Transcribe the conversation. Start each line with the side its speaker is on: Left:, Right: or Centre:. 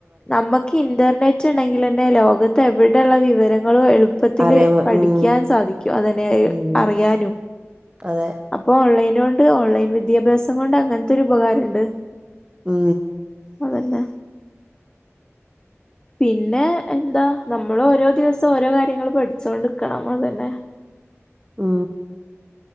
Left: നമ്മ്ക്ക് ഇന്റർനെറ്റ് ഇണ്ടെങ്കിലെന്നെ ലോകത്ത് എവിടെള്ള വിവരങ്ങളും എള് എള്പ്പത്തില്
Right: അറിയാൻ വ-
Left: പഠിക്യാൻ
Right: ഉം
Left: സാധിക്കും അതിനെ
Right: ഉം
Left: അറിയാനും
Right: അതെ
Left: അപ്പൊ ഓൺലൈനോണ്ട് ഓൺലൈൻ വിദ്യാഭ്യാസം കൊണ്ട് അങ്ങനത്തൊരു ഉപകാരണ്ട്
Right: ഉം
Left: അതന്നെ <inaudible> പിന്നെ എന്താ നമ്മൾ ഓരോ ദിവസം ഓരോ കാര്യങ്ങൾ പഠിച്ചുകൊണ്ട്ിരിക്കണം അതന്നെ
Right: മ്